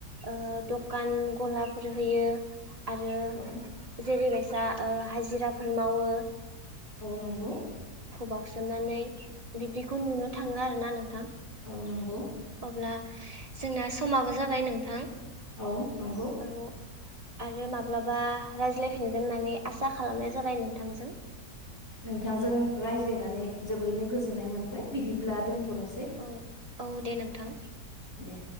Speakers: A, on the right; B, on the left.
A: ओ दखान गलाफोर होयो आरो
B: औ
A: जेरै बाय जा ओ हाजिराफोर मावो
B: औ नंगौ
A: बावसोमनानै बिब्दिखौ नुनो थाङो आरो ना नोंथां।
B: औ नंगौ।
A: अब्ला जोंना समाबो जाबाय नोंथां
B: औ नंगौ
A: औ। आरो माब्लाबा रायज्लायफिनगोन होननानै आसा खालामनाय जाबाय नोंथांजों।
B: नोंथांजों रायज्लायनानै जोबोरैनो गोजोननाय मोनबाय बिदिब्ला दोन दोनथ'नोसै
A: औ औ दे नोंथां
B: दे।